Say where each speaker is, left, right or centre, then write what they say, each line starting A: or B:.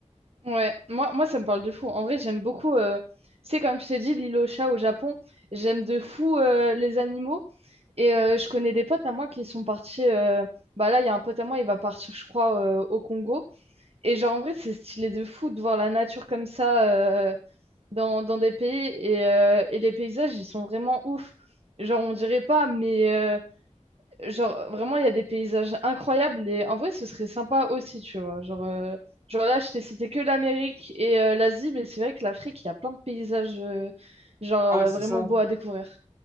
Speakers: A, on the right; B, on the right.
A: Ouais, moi, moi ça me parle de fou. En vrai, j'aime beaucoup, euh, tu sais, comme je t'ai dit, l'île aux chats au Japon, j'aime de fou euh, les animaux. Et euh, je connais des potes à moi qui sont partis. euh, Bah là, il y a un pote à moi, il va partir, je crois, euh, au Congo. Et genre, en vrai, c'est stylé de fou de voir la nature comme ça euh, dans, dans des pays. Et, euh, et les paysages, ils sont vraiment ouf. Genre, on dirait pas, mais euh, Genre, vraiment, il y a des paysages incroyables et en vrai, ce serait sympa aussi, tu vois. Genre, euh, genre là, je t'ai cité que l'Amérique et euh, l'Asie, mais c'est vrai que l'Afrique, il y a plein de paysages, euh, genre,
B: Ah
A: euh,
B: ouais, c'est
A: vraiment
B: ça.
A: beaux à découvrir.